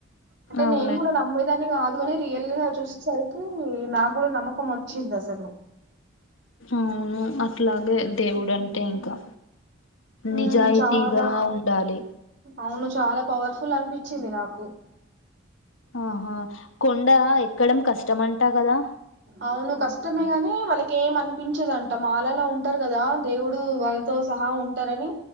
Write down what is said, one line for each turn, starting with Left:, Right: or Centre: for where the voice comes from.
Right: అంటే
Left: అవునండి
Right: నేను కూడా నమ్మేదానికి అందుకని రియల్ గా చూసేసరికి నా కూడా నమ్మకం వచ్చింది అసలు
Left: అవును అట్లాగే దేవుడు అంటే ఇంకా
Right: హ్మ్
Left: నిజాయితీగా
Right: చాలా
Left: ఉండాలి
Right: అవును చాలా పవర్ఫుల్ అనిపించింది నాకు
Left: ఆహా కొండా ఎ ఎక్కడం కష్టం అంటా కదా
Right: అవును కష్టమే గాని వాళ్ళకి ఏం అనిపించేదంట మాలాలా ఉంటారు కదా దేవుడు వాళ్ళతో సహా ఉంటారని